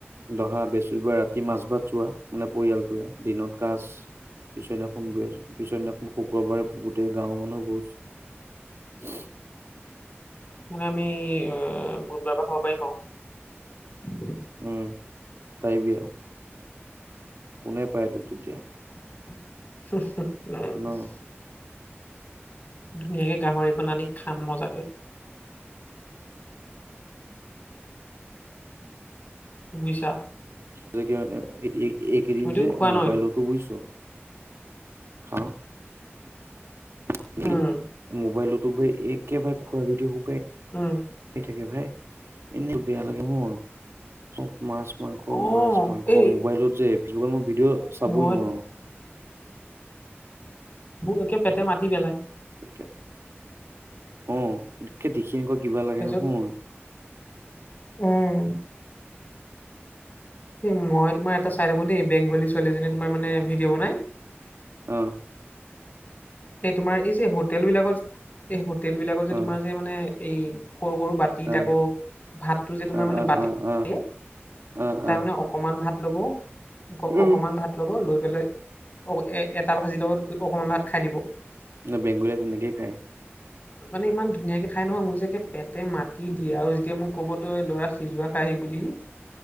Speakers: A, on the right; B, on the left.
A: দহা বৃহস্পতিবাৰে ৰাতি মাছ ভাত চোৱা। মানে পৰিয়ালটোৱে দিনত কাচ, পিছদিনাখন পিছৰদিনাখন শুক্ৰবাৰে গোটেই গাঁৱৰ মানুহ বুজ
B: মে আমি অ', বুধবাৰ পৰা খাব পাৰিম আৰু।
A: উম, পাৰিবি আৰু কোনে পায় তোক তেতিয়া।
B: উম,
A: ন
B: ধুনীয়াকে গাহৰিখন আনি খাম মজাকে। বুজিছা?
A: <unintelligible> এ এইকেইদিন
B: তুমিতো
A: যে
B: খোৱা
A: মোবাইলতো
B: ন এদিন?
A: বুজিছো খাওঁ। এইকিদিন
B: উম,
A: মোবাইলটো বোলো একেবাৰে খোৱা ভিডিঅ' খোপাই
B: উম,
A: থাকে ভাই এনে বেয়া লাগে মোৰ চব মাছ মাংস,
B: অ',
A: মাছ মাংস
B: এই
A: মোবাইলত যে কিছুমান যে মই ভিডিঅ' চাবই
B: মই
A: নোৱাৰো। <inaudible>
B: একে পেটে মাতি পেলাই।
A: তাকে অ', তকে দেখি এনেকুৱা কিবা লাগে
B: তাৰপিছত
A: নহয়।
B: উম,
A: <inaudible>
B: এ মই তোমাৰ এটা চাই থাকো দেই বেংগলী ছোৱালীজনী তোমাৰ মানে ভিডিঅ' বনাই।
A: অ',
B: এই তোমাৰ এই যে হোটেল বিলাকত, এই হোটেল বিলাকত যে
A: আহ
B: তোমাৰ যে মানে এই সৰু সৰু বাতিত
A: আহ
B: আকৌ ভাতটো যে তোমাৰ
A: আহ
B: মানে
A: আহ
B: বাতি
A: আহ আহ
B: দে
A: আহ
B: তাৰ
A: আহ
B: মানে অকমান ভাত ল'ব অ,
A: উম
B: অকমান ভাত ল'ব লৈ বলে অ', এ এটা ভাজিৰ লগত অকমান ভাত খাই দিব।
A: নে বেগুলীয়ে তেনেকেই খাই।
B: মানে ইমান ধুনীয়াকে খাই নহয় মোৰ যে একে পেটে মাতি দিয়ে আৰু এতিয়া মোক ক'বতো এই ল'ৰা সিজোৱা খাইাহি বুলি